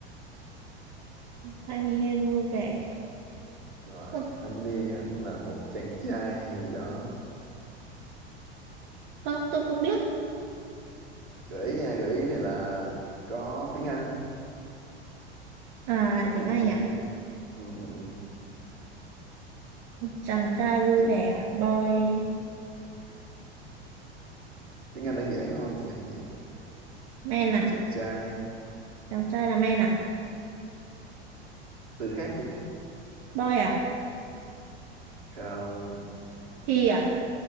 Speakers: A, on the right; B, on the right.
A: thanh niên vui vẻ
B: rồi
A: Không,
B: một thanh niên hay là một chàng trai hay gì đó
A: không, tôi không biết.
B: gợi ý nha gợi ý này là có tiếng Anh
A: À, lại tiếng
B: chàng
A: Anh
B: trai
A: à?
B: ừ, ừ, ừ.
A: Chàng trai vui
B: Chị-
A: vẻ. Boy.
B: tiếng Anh đơn giản thôi tiếng Anh đơn giản
A: Man à?
B: chàng trai
A: Chàng trai là man à?
B: từ khác từ khác
A: Boy à?
B: không
A: He à?